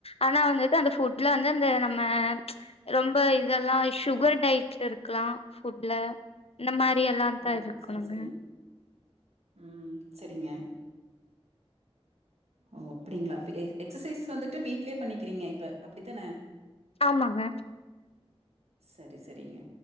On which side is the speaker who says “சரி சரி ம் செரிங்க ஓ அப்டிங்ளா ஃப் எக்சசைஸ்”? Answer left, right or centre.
Right